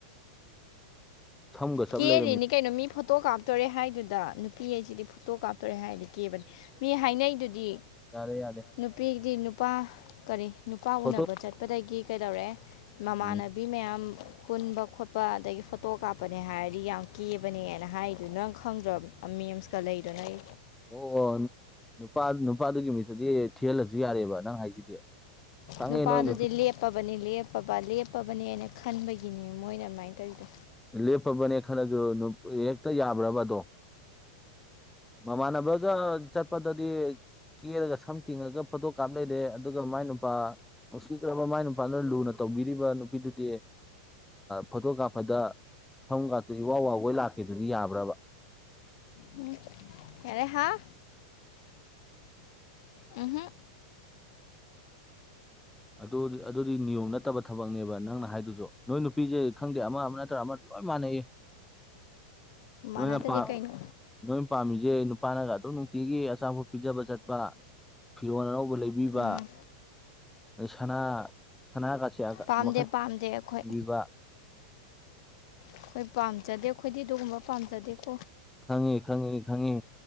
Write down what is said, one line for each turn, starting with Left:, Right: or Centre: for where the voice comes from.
Centre: ꯁꯝꯒ ꯆꯞ
Left: ꯀꯦꯔꯤꯅꯤ
Centre: ꯂꯩꯔꯝꯃꯤꯅꯦ
Left: ꯀꯩꯅꯣ ꯃꯤ ꯐꯣꯇꯣ ꯀꯥꯞꯇꯣꯔꯦ ꯍꯥꯏꯗꯨꯗ ꯅꯨꯄꯤ ꯑꯩꯁꯤꯗꯤ ꯐꯣꯇꯣ ꯀꯥꯞꯇꯣꯔꯦ ꯍꯥꯏꯗꯤ ꯀꯦꯕꯅꯦ ꯃꯤ ꯍꯥꯏꯅꯩꯗꯨꯗꯤ꯫
Centre: ꯌꯥꯔꯦ-ꯌꯥꯔꯦ꯫
Left: ꯅꯨꯄꯤꯗꯤ ꯅꯨꯄꯥ ꯀꯔꯤ ꯅꯨꯄꯥ
Centre: ꯐꯣꯇꯣ
Left: ꯎꯅꯕ ꯆꯠꯄꯗꯒꯤ ꯀꯩꯗꯧꯔꯦ ꯃꯃꯥꯟꯅꯕꯤ
Centre: ꯎꯝ
Left: ꯃꯌꯥꯝ ꯄꯨꯟꯕ ꯈꯣꯠꯄ ꯑꯗꯒꯤ ꯐꯣꯇꯣ ꯀꯥꯞꯄ ꯅꯦ ꯍꯥꯏꯔꯗꯤ ꯌꯥꯝ ꯀꯦꯕꯅꯦꯅ ꯍꯥꯏꯗꯨ ꯅꯪ ꯈꯪꯗ꯭ꯔꯣ ꯑ ꯃꯦꯝꯁꯀ ꯂꯩꯗꯣ ꯅꯩ
Centre: ꯑꯣ ꯑꯣ ꯅꯨꯄꯥ ꯅꯨꯄꯥꯗꯨꯒꯤ ꯃꯤꯠꯇꯗꯤ ꯊꯦꯜꯍꯜꯂꯁꯨ ꯌꯥꯔꯦꯕ ꯅꯪ ꯍꯥꯏꯁꯤꯗꯤ ꯈꯪꯉꯦ
Left: ꯅꯨꯄꯥꯥꯗꯨꯗꯤ
Centre: ꯅꯣꯏ ꯅꯨꯄꯤ
Left: ꯂꯦꯞ ꯂꯦꯞꯄꯕꯅꯤ ꯂꯦꯞꯄꯕ ꯂꯦꯞꯄꯕꯅꯦꯅ ꯈꯟꯕꯒꯤꯅꯤ ꯃꯣꯏꯅ ꯑꯗꯨꯃꯥꯏꯅ ꯇꯧꯔꯤꯗꯣ
Centre: ꯂꯦꯞꯄꯕꯅꯦ ꯈꯜꯂꯁꯨ ꯍꯦꯛꯇ ꯌꯥꯕ꯭ꯔꯕ ꯑꯗꯣ ꯃꯃꯥꯟꯅꯕꯒ ꯆꯠꯄꯗꯗꯤ ꯀꯦꯔꯒ ꯁꯝ ꯇꯤꯡꯉꯒ ꯐꯣꯇꯣ ꯀꯥꯞ ꯂꯩꯔꯦ ꯑꯗꯨꯒ ꯃꯥꯏ ꯅꯨꯄꯥ ꯅꯨꯡꯁꯤꯈ꯭ꯔꯕ ꯃꯥꯏ ꯅꯨꯄꯥꯅ ꯂꯨꯅ ꯇꯧꯕꯤꯔꯤꯕ ꯅꯨꯄꯤꯗꯨꯗꯤ ꯐꯣꯇꯣ ꯀꯥꯞꯄꯗ ꯁꯝꯒꯥꯇꯣ ꯏꯋꯥ ꯋꯥꯕꯣꯏ ꯂꯥꯛꯀꯦꯗꯨꯗꯤ ꯌꯥꯕ꯭ꯔꯕ
Left: ꯎꯝ꯫ ꯌꯥꯔꯦ ꯍꯥꯥ ꯎꯝꯍꯨꯝ
Centre: ꯑꯗꯨꯗꯤ ꯑꯗꯨꯗꯤ ꯅꯤꯌꯣꯝ ꯅꯠꯇꯕ ꯊꯕꯛꯅꯦꯕ ꯅꯪꯅ ꯍꯥꯏꯗꯨꯁꯨ ꯅꯣꯏ ꯅꯨꯄꯤꯁꯦ ꯈꯪꯗꯦ ꯑꯃ ꯑꯃ ꯅꯠꯇ꯭ꯔ ꯑꯃ ꯂꯣꯏ ꯃꯥꯟꯅꯩ ꯂꯣꯏꯅ
Left: ꯃꯥꯟꯅꯗ꯭ꯔꯗꯤ
Centre: ꯄꯥ
Left: ꯀꯩꯅꯣ
Centre: ꯅꯣꯏꯅ ꯄꯥꯝꯃꯤꯁꯦ ꯅꯨꯄꯥꯅꯒ ꯑꯗꯨꯝ ꯅꯨꯡꯇꯤꯒꯤ ꯑꯆꯥꯄꫭꯠ ꯄꯤꯖꯕ ꯆꯠꯄ ꯐꯤꯔꯣꯟ ꯑꯅꯧꯕ ꯂꯩꯕꯤꯕ꯫
Left: ꯎꯝ
Centre: ꯁꯅꯥ ꯁꯅꯥꯒꯁꯤꯑꯒ
Left: ꯄꯥꯝꯗꯦ
Centre: ꯃꯈꯟ
Left: ꯄꯥꯝꯗꯦ ꯑꯩꯈꯣꯏ
Centre: ꯕꯤꯕ
Left: ꯑꯈꯣꯏ ꯄꯥꯝꯖꯗꯦ ꯈꯣꯏꯗꯤ ꯗꯨꯒꯨꯝꯕ ꯄꯥꯝꯖꯗꯦꯀꯣ꯫
Centre: ꯈꯪꯉꯤ ꯈꯪꯉꯤ ꯈꯪꯉꯤ